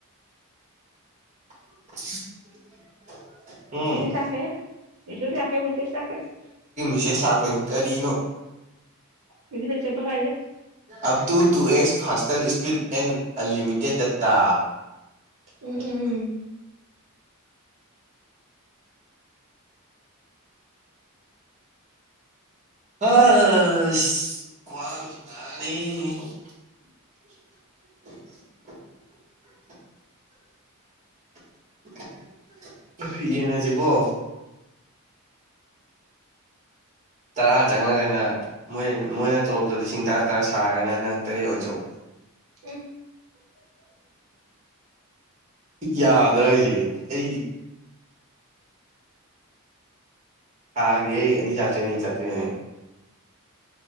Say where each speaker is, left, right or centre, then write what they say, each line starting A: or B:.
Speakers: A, on the right; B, on the right.
A: <inaudible> ꯎꯝ
B: ꯃꯦꯁꯦꯁ ꯂꯥꯛꯈ꯭ꯔꯦꯍꯦ ꯃꯦꯁꯦꯁ ꯂꯥꯛꯈ꯭ꯔꯦ ꯃꯦꯁꯦꯁ ꯂꯥꯛꯈ꯭ꯔꯦ
A: ꯃꯦꯁꯦꯁ ꯂꯥꯛꯄꯅꯤ ꯀꯔꯤꯅꯣ
B: ꯃꯤꯗꯤ ꯂꯩꯖꯕꯒꯥꯏꯁꯦ
A: up to two X faster speed and unlimited data
B: um um um
A: ꯑꯥ ꯑꯥ ꯑꯁ ꯈꯋꯥꯡ ꯅꯥꯔꯦ <unintelligible> <unintelligible> ꯪꯐꯤ ꯌꯦꯟꯅꯁꯤꯀꯣ ꯇꯔꯥ
B: ꯉꯝꯃꯣꯏ
A: ꯆꯪꯉꯒꯅ ꯃꯣꯏ ꯃꯣꯏꯅ ꯇꯣꯂꯣꯞꯇꯣ ꯂꯤꯁꯤꯡ ꯇꯔꯥ ꯇꯔꯥ ꯁꯥꯔꯒꯅ ꯅꯪ ꯇꯔꯦꯠ ꯑꯣꯏꯖꯧ
B: ꯎꯝ
A: ꯌꯥꯗ꯭ꯔꯥ ꯍꯥꯏꯁꯦ ꯑꯩ ꯊꯥꯒꯤ ꯑꯩ ꯑꯅꯤ ꯆꯇ꯭ꯔꯦꯠ ꯑꯅꯤ ꯆꯥꯇ꯭ꯔꯦꯠꯅꯤ